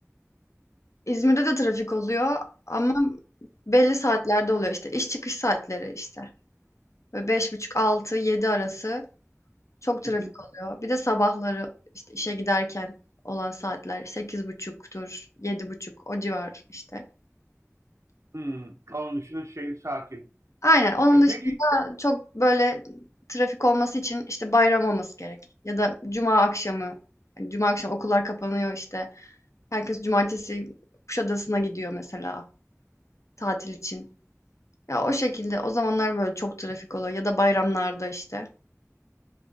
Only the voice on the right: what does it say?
Hı hı.
Hmm, Onun dışında şehir sakin.
E
peki,